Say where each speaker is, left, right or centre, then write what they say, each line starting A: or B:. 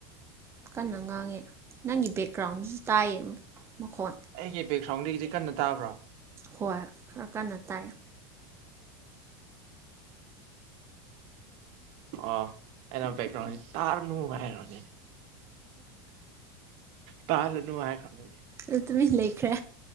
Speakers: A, on the right; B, on the right.
A: ꯀꯟꯅ ꯉꯥꯡꯉꯦ ꯅꯪꯒꯤ ꯕꯦꯛꯒ꯭ꯔꯥꯎꯟꯗꯁꯨ ꯇꯥꯏꯌꯦ ꯃꯈꯣꯟ
B: ꯑꯩꯒꯤ ꯕꯦꯛꯈ꯭ꯔꯥꯎꯟꯗꯒꯤꯗꯤ ꯀꯟꯅ ꯇꯥꯕ꯭ꯔꯣ
A: ꯍꯣꯏ ꯈꯔ ꯀꯟꯅ ꯇꯥꯏ
B: ꯑꯣ ꯑꯩꯅ ꯕꯦꯛꯒ꯭ꯔꯥꯎꯟꯁꯤ ꯇꯥꯔꯅꯨ ꯍꯥꯏꯔꯅꯦ ꯇꯥꯜꯍꯜꯅꯨ ꯍꯥꯏꯈ꯭ꯔꯝꯅꯤ ꯑꯩꯗꯤ
A: ꯑꯗꯨ ꯇꯨꯃꯤꯟ ꯂꯩꯈ꯭ꯔꯦ